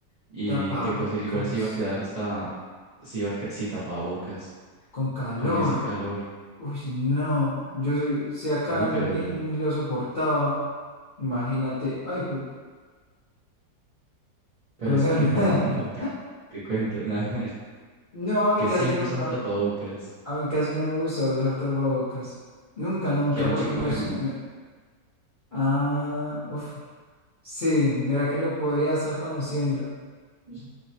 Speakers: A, on the right; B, on the left.
A: y
B: Tapabocas
A: que pues él igual se iba a quedar hasta, se iba a que- si tapabocas,
B: con calor.
A: con ese calor.
B: Uy, no. Yo soy- si acá
A: Uy,
B: ni,
A: pero,
B: ni lo soportaba. Imagínate. Ay, ju-
A: pero
B: perdón.
A: eso me recuerda
B: <laughs>
A: a un amigo, te, te cuento, <laughs> ¿no? no,
B: No, a mí
A: que
B: casi
A: siempre
B: no.
A: usaba tapabocas,
B: A mí casi no me gusta usar tapabocas. Nunca, nunca,
A: que era un
B: porque
A: chico
B: me...
A: emo.
B: s- me- Ah, uf. Sí, mira que lo podría estar conociendo.
A: Pues,